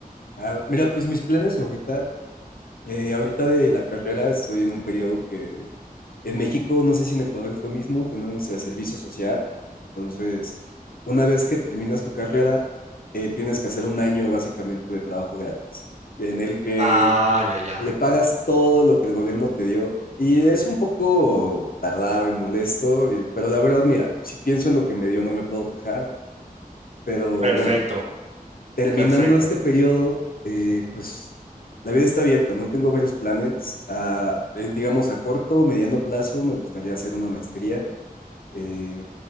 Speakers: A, on the left; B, on the right.
A: Claro. Mira, pues mis planes ahorita, Eh, ahorita de la carrera estoy en un periodo que en México, no sé si en Ecuador es lo mismo, tenemos el servicio social. Entonces, una vez que terminas tu carrera, eh, tienes que hacer un año básicamente de trabajo gratis, en el que
B: Ah, ya, ya.
A: le pagas todo lo que el gobierno te dio. Y es un poco tardado y molesto, y- pero la verdad, mira, si pienso en lo que me dio, no me puedo quejar. Pero
B: Perfecto,
A: bueno, terminando
B: perfecto.
A: este periodo, eh, pues la vida está abierta, no tengo varios planes. A, en, digamos, a corto o mediano plazo me gustaría hacer una maestría. Eh,